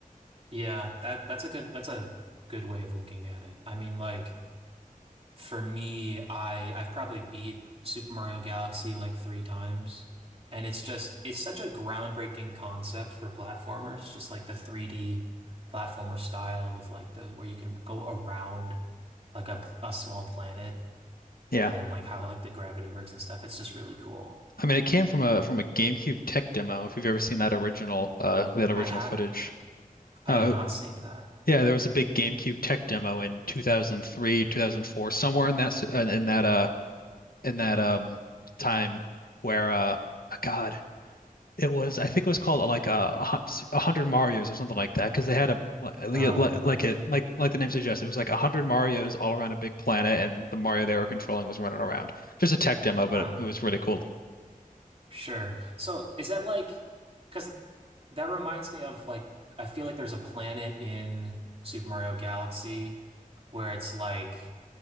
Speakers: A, on the right (about 40°); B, on the left (about 85°).
A: Yeah, that that's a good that's a good way of looking at it. I mean like for me, I I've probably beat Super Mario Galaxy like three times. And it's just it's such a groundbreaking concept for platformers, just like the 3D platformer style with like the where you can go around like a, p- a small planet
B: Yeah.
A: and like how like the gravity works and stuff. It's just really cool.
B: I mean, it came from a from a GameCube tech demo. If you've ever seen that original uh, that original
A: I haven't.
B: footage,
A: I
B: uh,
A: have not seen that.
B: yeah, there was a big GameCube tech demo in 2003, 2004, somewhere in that s- in in that uh in that um time where uh oh, God, it was I think it was called uh, like uh, a hun- s- a hundred Marios or something like that because they had a li- li-
A: Oh,
B: li- like it like like the name suggests it was like a hundred Marios all around a big planet and the Mario they were controlling was running around. Just a tech demo, but
A: huh.
B: it, it was really cool
A: Sure. So is that like, because that reminds me of like, I feel like there's a planet in Super Mario Galaxy where it's like,